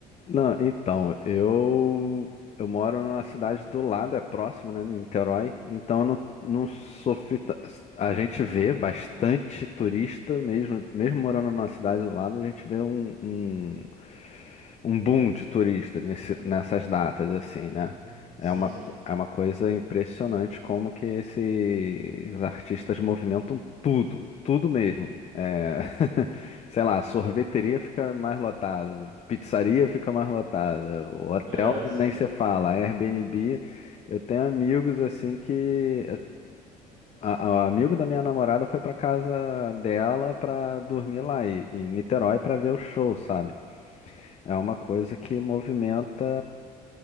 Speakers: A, on the left (about 35°); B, on the right (about 75°).
A: Não, então, eu eu moro numa cidade do lado, é próximo, né, Niterói, então eu não, não sofri. ta- A gente vê bastante turista, mesmo, mesmo morando numa cidade do lado, a gente vê um, um, um boom de turistas nesse- nessas datas, assim, né?
B: Uhum.
A: É
B: Sim,
A: uma,
B: sim.
A: co- é uma coisa impressionante como que esses artistas movimentam tudo, tudo mesmo. É. <laughs> Sei lá, sorveteria fica mais lotada, pizzaria fica mais lotada, o hotel
B: É, sim.
A: nem se fala, Airbnb. Eu tenho amigos assim que. A, a- amigo da minha namorada foi pra casa dela pra dormir lá, e, em Niterói pra ver o show, sabe? É uma coisa que movimenta